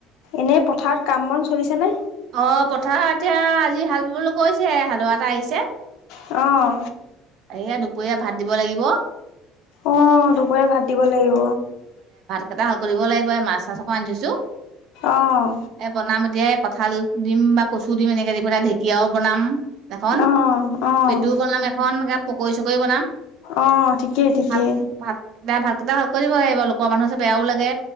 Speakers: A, on the left; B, on the right.
A: এনে পথাৰত কাম বন চলিছে নে?
B: অ পথাৰ এতিয়া আজি হাল বাবলৈ গৈছে হালোৱা এটা আহিছে।
A: অহ।
B: এইয়া দুপৰীয়া ভাত দিব লাগিব।
A: অ দুপৰীয়া ভাত দিব লাগিব।
B: কটা হল কৰিব লাগিব এই মাছ-চাছ অকন আনি থৈছো
A: অ',
B: এই বনাম এতিয়া এই কঁঠাল দিম বা কচু দিম এনেকে দি পেলাই ঢেঁকীয়াও বনাম এখন,
A: অ', অ',
B: পেটু বনাম এখন এনেকে পকৰি-চকৰি বনাম
A: অ', ঠিকেই ঠিকেই।
B: ভাত ভাত ভাতকেইটা ভালকৈ দিব লাগিব, লো কৰ মানুহ আছে বেয়াও লাগে।